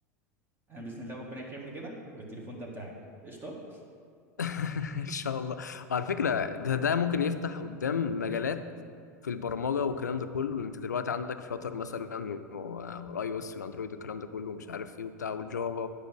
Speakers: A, on the right (about 25°); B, on the left (about 75°).
A: انا باذن الله ربنا يكرمني كده والتليفون ده بتاعك قشطه
B: <laughs> إن شاء الله وعلى فكرة ده ده ممكن يفتح قدام مجالات في البرمجة والكلام ده كله أنت دلوقتي عندك فلاتر مثلا و- والآي أو إس والأندرويد والكلام ده كله ومش عارف إيه وبتاع والجافا